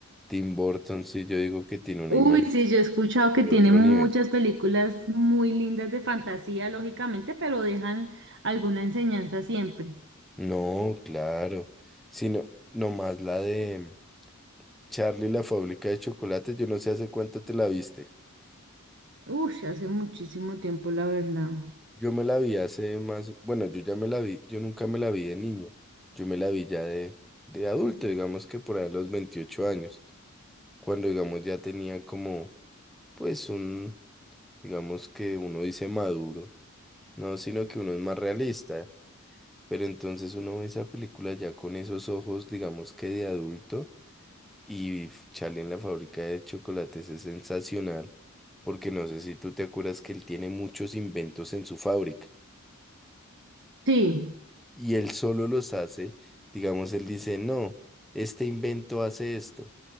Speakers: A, in the centre; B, on the right.
A: Tim Burton, sí, yo digo que tiene una
B: Uy,
A: imaginación
B: sí, yo he escuchado que
A: de
B: tiene
A: otro
B: muchas
A: nivel.
B: películas muy lindas de fantasía, lógicamente, pero dejan alguna enseñanza siempre.
A: No, claro. Sino, nomás la de Charlie y la fábrica de chocolate, yo no sé hace cuánto te la viste.
B: Uy, hace muchísimo tiempo, la verdad.
A: Yo me la vi hace más, bueno, yo ya me la vi, yo nunca me la vi de niño. Yo me la vi ya de, de adulto, digamos que por ahí a los veintiocho años. cuando digamos ya tenía como, pues un, digamos que uno dice maduro, no, sino que uno es más realista, pero entonces uno ve esa película ya con esos ojos, digamos que de adulto, y f- Charlie en la fábrica de chocolates es sensacional, porque no sé si tú te acuerdas que él tiene muchos inventos en su fábrica,
B: Sí,
A: y él solo los hace, digamos, él dice, no, este invento hace esto.